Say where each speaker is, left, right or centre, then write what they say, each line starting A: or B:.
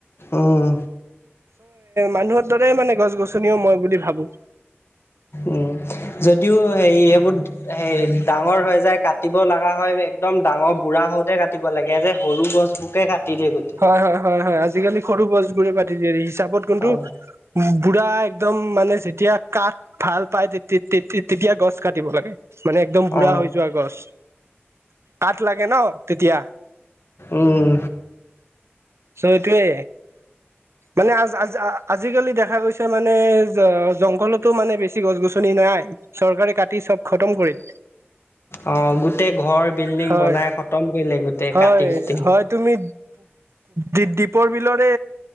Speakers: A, on the left (about 65°); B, on the right (about 80°).
A: উম
B: মানুহৰ দৰে মানে গছ-গছনিও মই বুলি ভাবো।
A: উম, যদিও হেৰি সেইবোৰ হেৰি ডাঙৰ হৈ যায়, কাটিব লগা হয়। একদম ডাঙৰ বুঢ়াওঁতে কাট লাগে যে, সৰু গছবোৰকে কাটি দিয়ে গোটেই।
B: হয়, হয়, হয়, হয়, আজিকালি সৰু গছবোৰে কাটি দিয়ে হিচাপত কিন্তু
A: অ
B: পুৰা একদম মানে যেতিয়া কাঠ ভাল পায়, তে তেতিয়া গছ কাটিব লাগে। মানে একদম বুঢ়া
A: অ
B: হৈ যোৱা গছ, কাঠ লাগে ন তেতিয়া।
A: উম।
B: মানে সেইটোৱে, মানে আজ আজ আজিকালি দেখা গৈছে মানে জংঘলতো মানে বেছি গছ গছনি নাই। চৰকাৰে কাটি চব খতম কৰিল।
A: অ', গোটেই ঘৰ বিল্ডিং
B: হয়
A: বনাই খতম কৰিলে গোটেই
B: হয়
A: কাটি কাটি।
B: হয় তুমি দীপ-দীপৰ বিলৰে